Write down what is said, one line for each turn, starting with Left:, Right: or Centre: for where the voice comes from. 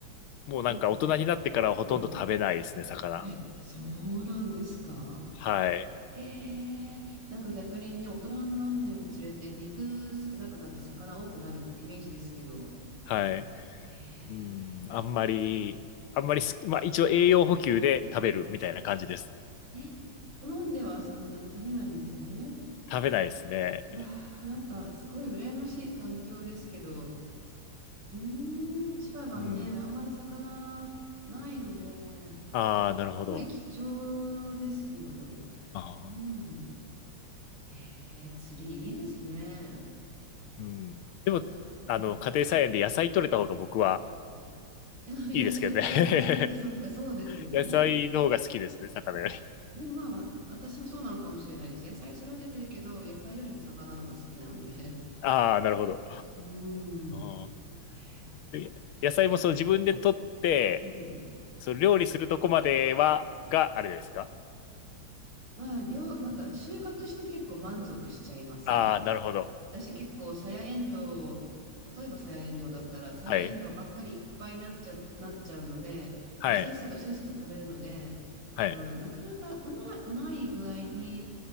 Left: もうなんか大人になってからはほとんど食べないですね、
Right: うん。もう、うん。
Left: 魚。
Right: え、そうなんですか
Left: はい。
Right: ええーなんか逆にね、大人になるにつれて肉少なくなって魚多くなるイメージですけど、
Left: はい。
Right: ええ
Left: うん、あんまり、あんまり好き、まあ一応栄養補給で食べるみたいな感じです。
Right: ーえ、好んではそんなに食べないんですね。
Left: 食べないですね。
Right: うわあ、なんかすごい羨ましい環境ですけど、うーん、千葉はね、
Left: うん。
Right: あんまり魚ないので、
Left: ああ、なるほど。
Right: すごい貴重ですよ。
Left: ああ、
Right: うん。えー、釣りいいですね。
Left: うん。でも、
Right: あ、うん。
Left: あの、家庭菜園で野菜取れた方が僕は
Right: <laughs> 野菜、
Left: いいですけどね。<laughs>
Right: あ、そっかそっか、そうですよね。
Left: 野菜の方が好きですね、魚より。
Right: でもまあ、わ私もそうなのかもしれないです。野菜育ててるけど、野菜よりも魚のが好きなので。
Left: ああ、なるほど。
Right: <laughs> うん。
Left: ああ
Right: へー
Left: え野菜もそう自分で取って、
Right: うん。
Left: そう料理するとこまでは、があれですか
Right: まあ、量、なんか収穫して結構満足しちゃいますね。
Left: ああー、なるほど。
Right: 私結構サヤエンド例えばサヤエンドだったら、サヤエンドばっかりいっぱいになっちゃ、
Left: はい。
Right: なっちゃうので、
Left: はい。
Right: もうせっせとせっせと食べるので、
Left: はい。
Right: そのなかなかうま、うまい具合に、